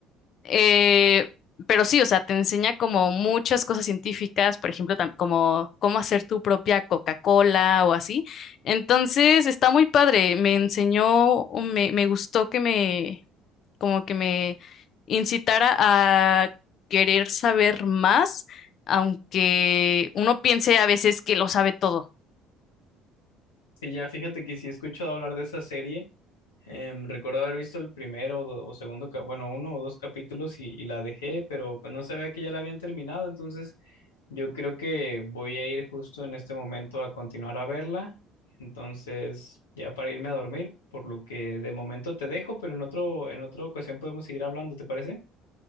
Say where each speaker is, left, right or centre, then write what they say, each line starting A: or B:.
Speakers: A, on the left; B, on the left.
A: Eh, pero sí, o sea, te enseña como muchas cosas científicas, por ejemplo, tam- como cómo hacer tu propia Coca-Cola o así. Entonces, está muy padre. Me enseñó, o me, me gustó que me, como que me incitara a querer saber más, aunque uno piense a veces que lo sabe todo.
B: Sí, ya fíjate que sí he escuchado hablar de esa serie. em, recuerdo haber visto el primero o, do- o segundo, ca- bueno, uno o dos capítulos y, y la dejé, pero pues no sabía que ya la habían terminado, entonces yo creo que voy a ir justo en este momento a continuar a verla. Entonces, ya para irme a dormir, por lo que de momento te dejo, pero en otro, en otra ocasión podemos seguir hablando, ¿te parece?